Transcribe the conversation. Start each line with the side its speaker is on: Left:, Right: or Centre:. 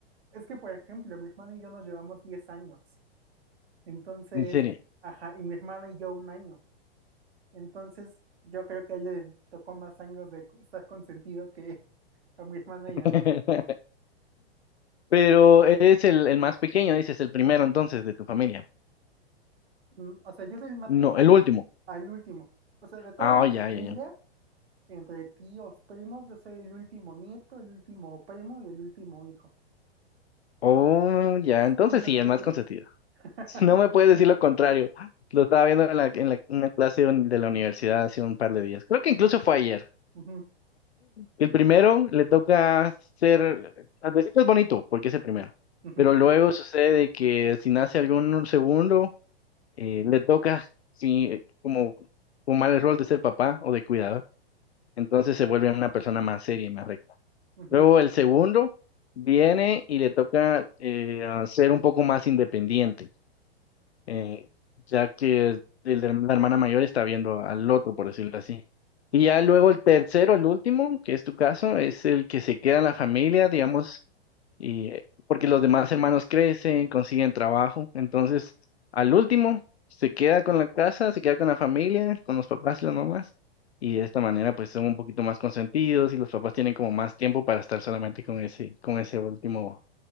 Right: Es que, por ejemplo, mi hermano y yo nos llevamos 10 años. Entonces,
Left: en serio.
Right: ajá, y mi hermana y yo un año. Entonces, yo creo que a él le tocó más años de estar consentido que <laughs> a mi hermana
Left: <laughs>
Right: y a mí.
Left: Pero eres el, el más pequeño, dices, el primero entonces de tu familia.
Right: Mm, O sea, yo soy el más
Left: No,
Right: pequeño
Left: el último.
Right: al último. O sea, de toda
Left: Ah,
Right: mi
Left: oh,
Right: familia,
Left: ya, ya, ya.
Right: entre tíos, primos, yo soy el último nieto, el último primo y el último hijo.
Left: Oh, ya,
Right: Entonces,
Left: entonces
Right: soy el más
Left: sí, el
Right: pequeño.
Left: más consentido. <laughs>
Right: <laughs>
Left: No me puedes decir lo contrario. Lo estaba viendo en la, en la- en una clase de un- de la universidad hace un par de días. Creo que incluso fue ayer.
Right: Ujú,
Left: El primero le toca ser, al principio es bonito porque es el primero,
Right: ujú,
Left: pero luego sucede de que si nace algún segundo, eh, le toca sí, como tomar el rol de ser papá o de cuidador, entonces se vuelve una persona más seria y más recta.
Right: ujú.
Left: Luego el segundo viene y le toca eh, ser un poco más independiente eh, ya que el de- la hermana mayor está viendo al otro, por decirlo así. Y ya luego el tercero, el último, que es tu caso, es el que se queda en la familia, digamos, y eh, porque los demás hermanos crecen, consiguen trabajo, entonces al último se queda con la casa, se queda con la familia, con los papás y las mamás, y de esta manera pues son un poquito más consentidos y los papás tienen como más tiempo para estar solamente con ese, con ese último